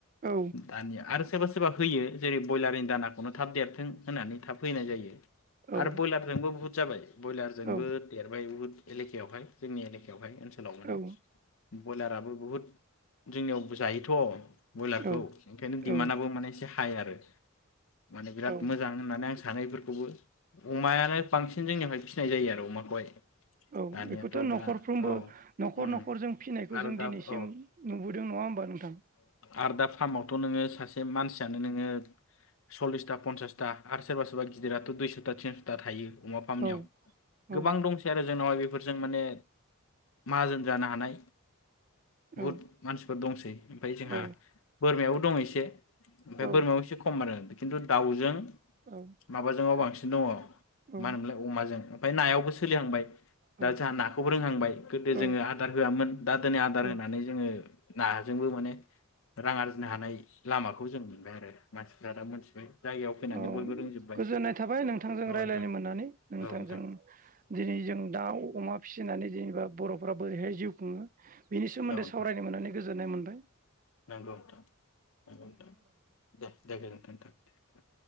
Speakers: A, on the right (about 35°); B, on the left (about 65°).
A: औ
B: दानिया आरो सोरबा सोरबा होयो जेरै बयलारनि दानाखौनो थाब देर थों होनानै थाब फैनाय जायो।
A: औ
B: आरो बयलारजोंबो बहुत जाबाय बयलारजोंबो
A: औ
B: देरबाय बुहुद एलेकायावहाय जोंनि एलेकायावहाय ओनसोलाव माने
A: औ
B: बयलारा बो बुहुद जोंनियावबो जायोथ'। बयलारखौ
A: औ
B: ओंखायनो दिमानआबो
A: औ
B: माने एसे हा य आरो मा
A: औ
B: मोजां होननानै आं सा थानायफोरखौबो अमायानो बांसिन जोंनियावहाय फिसिनाय जायो आरो अमाखौहाय।
A: औ
B: दानियाथ'
A: बेखौथ' न'खरफ्रोमबो
B: दा औ
A: न'खर
B: उम
A: न'खर जों फिसिनायखौ
B: आरो
A: जों
B: दा
A: दिनैसिम
B: औ
A: नुबोदों नङा होमबा नोंथां।
B: आरोदा फार्मावथ' नोङो सासे मानसियानो नोङो सल्लिसथा पनसास सथा आरो सोरबा सोरबा गिदिराथ' दुइसथा तिनसथा थायो। अमा फामनायाव
A: औ औ
B: गोबां दंसै आरो जोंनावहाय बेफोरजों माने माहाजोन जानो हानाय
A: औ
B: बुहुद मानसिफोर दंसै ओमफाय जोंहा
A: औ
B: बोरमायावबो दं एसे ओमफ्राय
A: औ
B: बोरमायाव एसे खम आरो खिन्थु दाउजों
A: औ
B: माबाजोङाव बांसि न'वाव मा
A: औ
B: होनोमोनलाय अमाजों ओमफाय नायावबो सोलिहांबाय
A: औ
B: दा जोंहा नाखौबो रोंहांबाय गोदो
A: औ
B: जोङो आदार होआमोन दा दोनै आदार
A: औ
B: होनानै जोङो नाजोंबो माने रां आरजिनो हानाय लामाखौ जों मोनबाय आरो मानसिफ्रा दा मोनथिबाय जायगायाव फैनानै
A: औ
B: बयबो रोंजोब्बाय
A: गोजोननाय थाबाय नोंथांजों
B: औ
A: रायलायनो
B: नोंथां
A: मोननानै नोंथांजों
B: औ नोंथां औ
A: दिनै जों दाउ, अमा फिसिनानै जेने बर'फ्रा बोरैहाय जिउ खुङो। बिनि सोमोन्दै
B: नोंथां
A: सावरायनो मोननानै गोजोननाय मोन <unintelligible>
B: नंगौ नोंथांनंगौ नोंथां देह देह गोजोनथों नोंथां।